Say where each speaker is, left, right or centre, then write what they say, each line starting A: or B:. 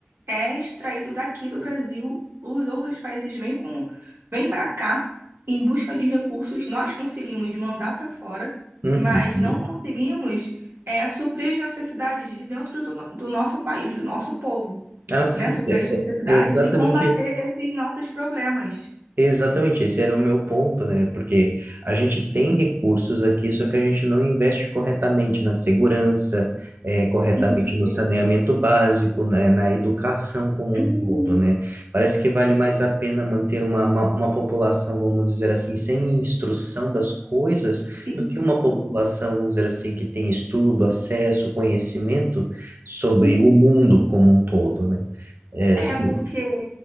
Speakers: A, on the right; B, on the right.
A: é extraído daqui do Brasil, os outros países vêm com, vêm para cá em busca de recursos, nós conseguimos mandar para fora,
B: Uhum,
A: mas
B: uhum.
A: não conseguimos é, suprir as necessidades de dentro do, no- do nosso país, do nosso povo,
B: Ah, sim,
A: né? Suprir
B: é,
A: as necessidades
B: é- é exatamente
A: e combater esses nossos problemas.
B: Exatamente, esse era o meu ponto, né? Porque a gente tem recursos aqui, só que a gente não investe corretamente na segurança, eh, corretamente
A: Isso.
B: no saneamento básico, né? Na educação como
A: Uhum.
B: um todo, né? Parece que vale mais a pena manter uma, uma, uma população, vamos dizer assim, sem instrução das coisas,
A: Isso.
B: do que uma população, vamos dizer assim, que tem estudo, acesso, conhecimento sobre
A: Sim.
B: o mundo como um todo, né? Eh,
A: É,
B: são-
A: porque